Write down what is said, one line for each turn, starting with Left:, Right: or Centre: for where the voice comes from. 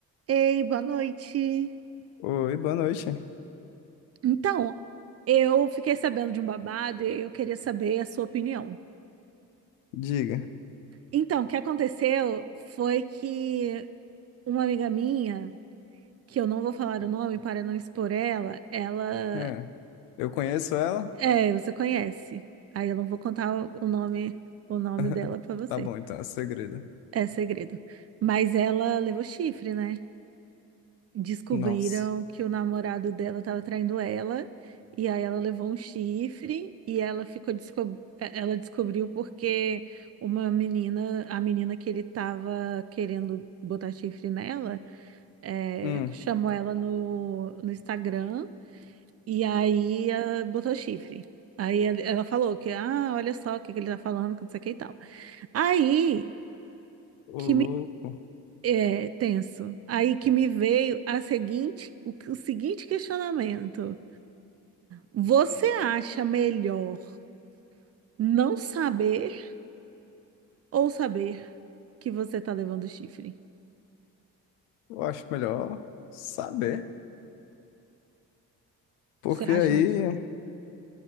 Right: Ei, boa noite.
Left: Oi, boa noite.
Right: Então, eu fiquei sabendo de um babado e eu queria saber a sua opinião.
Left: Diga.
Right: Então, o que aconteceu foi que uma amiga minha, que eu não vou falar o nome para não expor ela, ela,
Left: É. Eu conheço ela?
Right: é, você conhece. Aí eu não vou contar o o nome, o nome
Left: <laughs>
Right: dela para você.
Left: Tá bom, então, é segredo.
Right: É segredo. Mas ela levou chifre, né? descobriram
Left: Nossa.
Right: que o namorado dela estava traindo ela, e aí ela levou um chifre e ela ficou desco- é, ela descobriu porque uma menina, a menina que ele estava querendo botar chifre nela, é,
Left: Hum,
Right: chamou ela no, no Instagram e aí ah, botou chifre. Aí ela ela falou que, ah, olha só o que que ele tá falando, que não sei o que e tal. Aí,
Left: ô
Right: que
Left: louco.
Right: é tenso. Aí que me veio a seguinte, o, o seguinte questionamento. Você acha melhor não saber ou saber que você tá levando chifre?
Left: Eu acho melhor saber. Porque
Right: Você acha
Left: aí,
Right: melhor? sa-